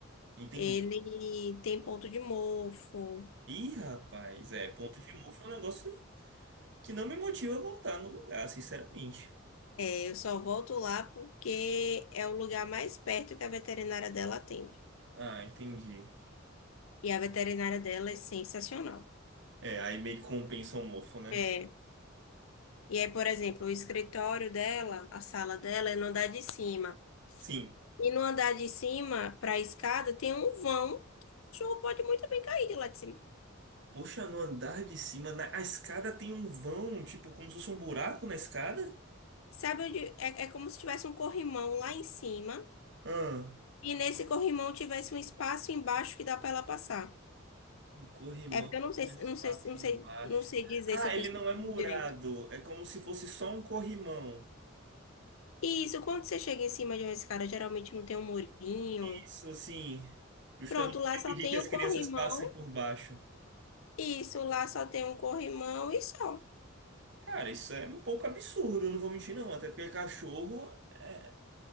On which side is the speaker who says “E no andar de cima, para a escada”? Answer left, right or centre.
Left